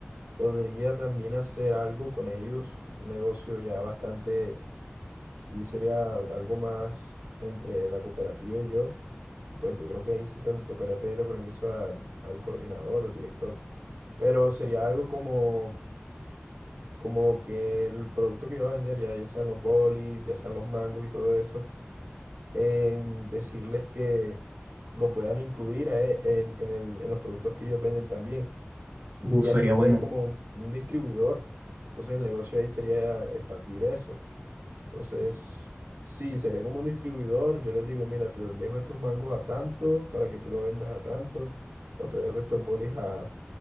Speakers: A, on the right; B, on the right.
A: podría también hacer algo con ellos, un negocio ya bastante, sí sería algo más entre la cooperativa y yo, y pues yo creo que ahí sí te tocaría pedirle permiso al, al coordinador, al director, pero sería algo como, como que el producto que yo voy a vender, ya, ya sean los bolis, ya sean los mangos y todo eso, em, decirles que lo puedan incluir a e- en, en el- en los productos que ellos venden también
B: Uf,
A: y
B: sería
A: así ser
B: bueno.
A: como un distribuidor. Entonces el negocio ahí sería expandir eso. Entonces, sí, sería como un distribuidor. Yo les digo, mira, te dejo estos mangos a tanto para que tú lo vendas a tanto, o te dejo estos bolis a,